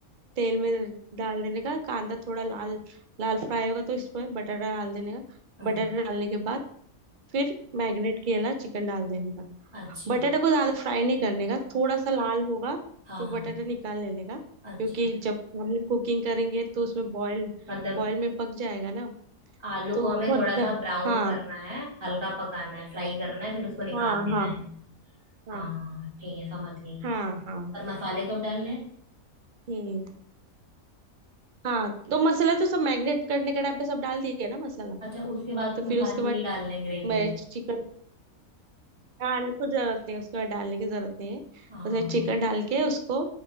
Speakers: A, on the right (about 45°); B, on the right (about 20°).
A: तेल में डाल देने का कांदा थोड़ा लाल लाल फ्राई होगा तो इसमें बटाटा डाल देने का
B: हाँ
A: बटाटा डालने के बाद फिर मैरिनेट किया चिकन डाल देने का
B: अच्छा
A: बटाटा को ज्यादा फ्राई नहीं करने का थोड़ा सा लाल होगा
B: हाँ
A: तो
B: हाँ
A: बटाटा निकाल लेने का
B: अच्छा
A: क्योंकि जब हम कुकिंग करेंगे तो उसमें बॉईल
B: मतलब
A: बॉईल में पक जाएगा ना
B: आलू
A: तो
B: को हमें
A: बहुत
B: थोड़ा सा ब्राउन
A: हाँ
B: करना है हल्का पकाना है फ्राई करना है फिर उसको निकाल
A: हाँ
B: लेना
A: हाँ
B: है
A: हाँ
B: हाँ हाँ ठीक है समझ गई
A: हाँ हाँ
B: पर मसाले कब डालने हैं
A: हम्म हाँ तो मसाला तो सब मैरिनेट करने के टाइम पे सब डाल दिया ना मसाला
B: अच्छा उसके बाद
A: तो फिर
B: मसाले
A: उसके बाद
B: नहीं डालने ग्रेवी
A: मैं
B: में
A: चिकन हाँ नहीं, कुछ जरूरत नहीं उसको डालने की जरूरत नहीं है
B: हाँ
A: उसमें चिकन डाल के उसको